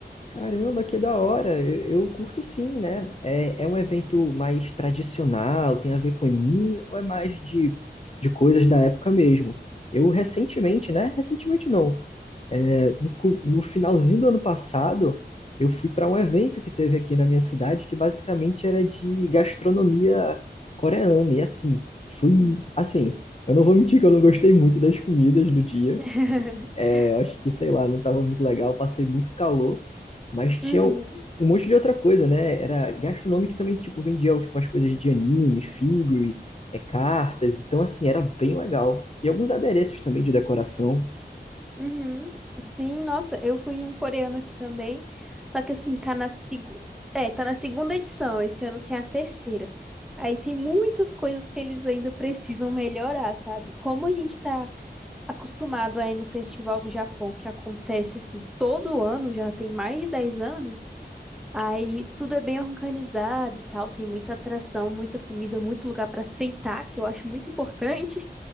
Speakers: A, on the left (about 35°); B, in the centre.
A: Caramba, que da hora! Eu, eu curto sim, né? É, é um evento mais tradicional, tem a ver com anime, ou é mais de, de coisas da época mesmo? Eu recentemente, né? Recentemente não. É, no, cu- no finalzinho do ano passado, eu fui para um evento que teve aqui na minha cidade, que basicamente era de gastronomia coreana. E assim, fui,
B: Uhum.
A: assim, eu não vou mentir que eu não gostei muito das comidas do dia.
B: <laughs>
A: É, eu acho que, sei lá, não estava muito legal, passei muito calor, mas tinha
B: Uhum.
A: um um monte de outra coisa, né? Era gastronômico que também, tipo, vendia tipo, umas coisas de anime, figure, é, cartas. Então, assim, era bem legal. E alguns adereços também de decoração.
B: Uhum. Sim, nossa, eu fui em um coreano aqui também. Só que assim, tá na segu... é, tá na segunda edição. Esse ano tem a terceira. Aí tem muitas coisas que eles ainda precisam melhorar, sabe? Como a gente tá acostumado a ir no Festival do Japão, que acontece assim todo ano, já tem mais de 10 anos. Aí tudo é bem organizado e tal, tem muita atração, muita comida, muito lugar pra sentar, que eu acho muito importante.